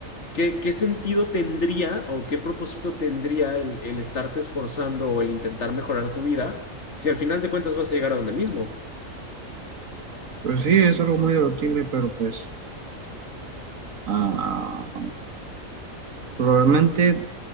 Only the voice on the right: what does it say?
Pues sí, es algo muy debatible, pero pues ah, probablemente,